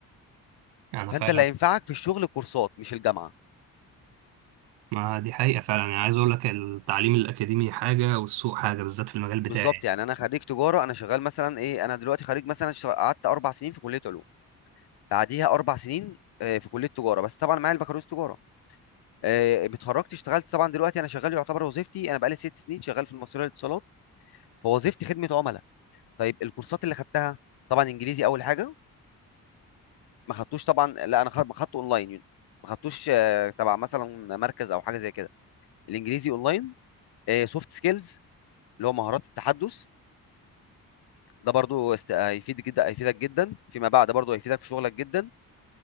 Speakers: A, on the right; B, on the left.
A: انا
B: فانت
A: فعلا
B: اللي هينفعك في الشغل كورسات مش الجامعه
A: ما دي حقيقة فعلا يعني عايز اقول لك التعليم الاكاديمي حاجة والسوق حاجة بالذات في المجال بتاعي
B: بالظبط يعني انا خريج تجاره انا شغال مثلا ايه انا دلوقتي خريج مثلا شغ- قعدت اربع سنين في كليه علوم بعديها اربع سنين آه، في كليه تجاره بس طبعا معايا البكالوريوس تجاره آه، اتخرجت اشتغلت طبعا دلوقتي انا شغال يعتبر وظيفتي انا بقالي ست سنين شغال في المصرية للاتصالات فوظيفتي خدمه عملاء طيب الكورسات اللي خدتها طبعا انجليزي اول حاجه ما خدتوش طبعا لا انا خد- خدته اونلاين يعني ما خدتوش آه، تبع مثلا مركز او حاجه زي كده الانجليزي اونلاين سوفت سكيلز اللي هو مهارات التحدث ده برضو است... هيفيد جدا هيفيدك جدا فيما بعد برضو هيفيدك في شغلك جدا